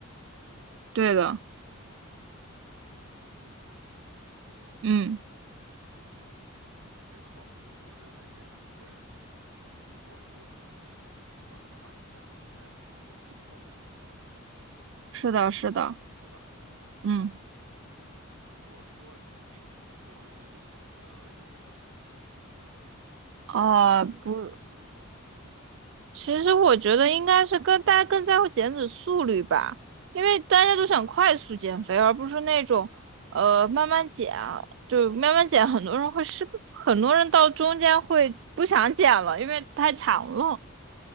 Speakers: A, on the right; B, on the right.
A: 对的。
B: 减脂的速率，
A: 嗯，
B: 没错我认为这个是对的，因为如果说你是运动员的话，你才更应该选择其后的那种方式嘛，
A: 是的，是的，
B: 对吧？
A: 嗯，
B: 如果说你并不是作为一个运动员而言呢，
A: 哦，
B: 其实减脂速率，
A: 不，其实我觉得应该是跟大家更在乎减脂速率吧，因为大家都想快速减肥，而不是那种呃慢慢减啊，就慢慢减，很多人会失很多人到中间会不想减了，因为太长了，